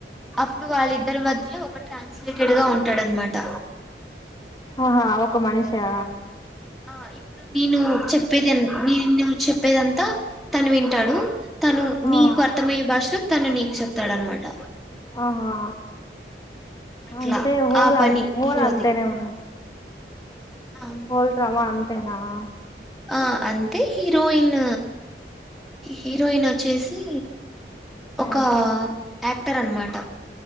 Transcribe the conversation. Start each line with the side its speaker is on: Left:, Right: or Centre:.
Centre: అప్పుడు వాళ్ళిద్దరి మధ్య ఒక ట్రాన్స్లేటెడ్ గా ఉంటాడనమాట
Left: అహా ఒక మనిషా
Centre: ఆ ఇప్పుడు నేను చెప్పేది నేను చెప్పేదంతా తను వింటాడు తను నీకు
Left: ఆ
Centre: అర్థమయ్యే భాషలో త ను నీక్ చెప్తాడన్న మాట
Left: ఆహా
Centre: అట్లా
Left: అంతే హోలా
Centre: ఆ పని
Left: అ హోల్
Centre: హీరోది
Left: అంతేనే ఉ
Centre: ఆ
Left: హోల్ డ్రామా అంతేనా <inaudible>
Centre: ఆ అంతే హీరోయిన్ హీరోయిన్ వచ్చేసి ఒక
Left: ఆ
Centre: ఆక్ క్టర్నమాట